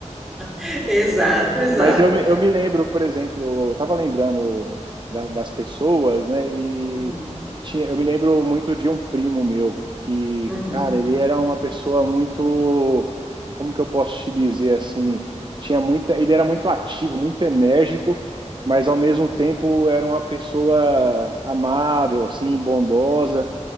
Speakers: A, in the centre; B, on the right.
A: <laughs> exato, exato.
B: Mas eu, me- eu me lembro, por exemplo, eu tava lembrando da- das pessoas, né? E
A: Uhum,
B: tinha, eu me lembro muito de um primo meu, que,
A: uhum.
B: cara, ele era uma pessoa muito, como que eu posso te dizer assim? Tinha muita, ele era muito ativo, muito enérgico, mas ao mesmo tempo era uma pessoa amável, assim, bondosa.